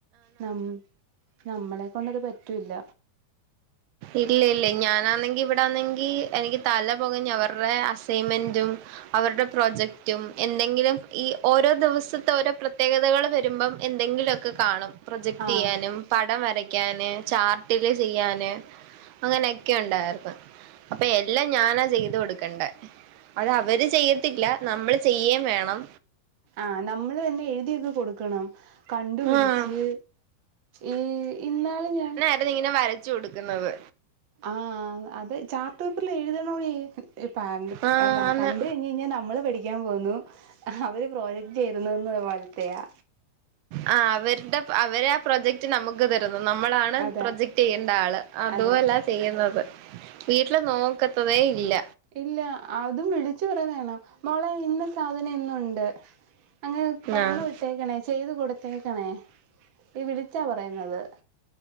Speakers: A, on the right; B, on the right.
A: ന നമ്മളെ കൊണ്ടത് പറ്റൂല്ല
B: ഇല്ല ഇല്ല ഞാനാന്നെങ്കി ഇവിടെ ആന്നെങ്കി എനിക്ക് തല പൊകഞ്ഞ അവരുടെ അസൈൻമെന്റും അവരുടെ പ്രോജക്റ്റും എന്തെങ്കിലും ഈ ഓരോ ദിവസത്തെ ഓരോ പ്രത്യേകതകൾ വരുമ്പം എന്തെങ്കിലും ഒക്കെ കാണും പ്രൊജക്ട്
A: ആഹ്
B: ചെയ്യാനും പടം വരയ്ക്കാന് ചാർട്ടില് ചെയ്യാന് അങ്ങനെയൊക്കെഉണ്ടായിരുന്ന് അപ്പൊ എല്ലാം ഞാനാ ചെയ്ത് കൊടുക്കണ്ടേ അത് അവര് ചെയ്യത്തില്ല നമ്മള് ചെയ്യേം വേണം
A: ആഹ നമ്മള് തന്നെ എഴുതിയൊക്കെ കൊടുക്കണം കണ്ടുപിടിച്ച്
B: ആഹ്
A: ഈ ഇന്നാളും ഞാൻ
B: അവി ഇങ്ങനെ വരച്ചു കൊടുക്കുന്നത്
A: ആഹ അത് ചാർട്ട് പേപ്പറിൽ എഴുതണോടി ഇപ്പ
B: ആഹ്
A: അല്ല
B: ആന്ന്
A: കണ്ട് കഴിഞ്ഞഴിഞ്ഞാൽ നമ്മൾ പഠിക്കാൻ പോകുന്നു അവര് പ്രോജക്ട് ചെയ്യരുന്നന്ന് പോലത്തെയാ
B: ആ അവരുടെ അവരെ പ്രൊജക്റ്റ് നമുക്ക്തരുന്ന് നമ്മളാണ്
A: അതാ
B: പ്രൊജക്റ്റ്‌ ചെയ്യേണ്ട ആള് അതുഅല്ല
A: അതെ
B: ചെയ്യുന്നത് വീട്ടില് നോക്കത്തതേ ഇല്ല
A: ഇല്ല അതും വിളിച്ചു പറയു വേണം മോളെ ഇന്നസാധനം ഇന്നുണ്ട് അങ്ങനെ പറഞ്ഞു
B: ആഹ്
A: വിട്ടേക്കണേ ചെയ്തു കൊടുത്തേക്കണേ ഈ വിളിച്ചാ പറയുന്നത്